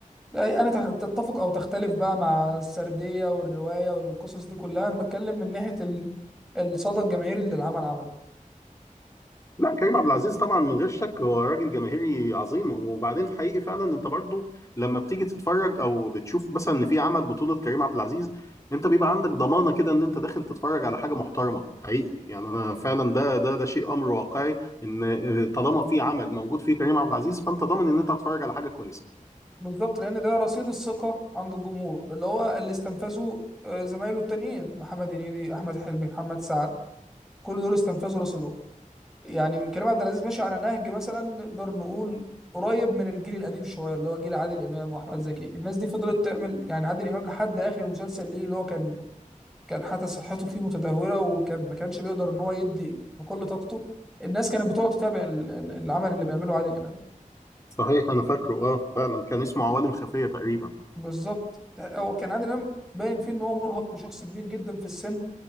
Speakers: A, in the centre; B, on the left (about 25°).
A: لا انا تخ- تتفق او تختلف بقى مع السرديه والروايه والقصص دي كلها انا بتكلم من ناحيه ال- الصدى الجماهيري اللي العمل عمله
B: لا كريم عبد العزيز طبعا من غير شك هو راجل جماهيري عظيم وبعدين في حقيقي فعلا انت برضو لما بتيجي تتفرج او بتشوف مثلا ان في عمل بطولة كريم عبد العزيز انت بيبقى عندك ضمانة كده ان انت داخل تتفرج على حاجة محترمة حقيقي يعني انا فعلا ده ده ده شيء امر واقعي ان آه، طالما في عمل موجود فيه كريم عبد العزيز فانت ضامن ان انت هتتفرج على حاجة كويسة
A: بالظبط لان ده رصيد الثقه عند الجمهور اللي هو اللي استنفذه آه، زمايله التانيين محمد هنيدي احمد حلمي محمد سعد كل دول استنفذوا رصيدهم يعني كريم عبد العزيز ماشي على نهج مثلا نقدر نقول قريب من الجيل القديم شويه اللي هو جيل عادل امام واحمد زكي الناس دي فضلت تعمل يعني عادل امام لحد اخر مسلسل ليه اللي هو كان كان حتى صحته فيه متدهوره وكان ما كانش بيقدر ان هو يدي بكل طاقته الناس كانت بتقعد تتابع ال- ال- العمل اللي بيعمله عادل امام
B: صحيح انا فاكره اه فعلا كان اسمه عوالم خفية تقريبا
A: بالظبط هو كان عادل امام باين فيه ان هو مرهق وشخص كبير جدا في السن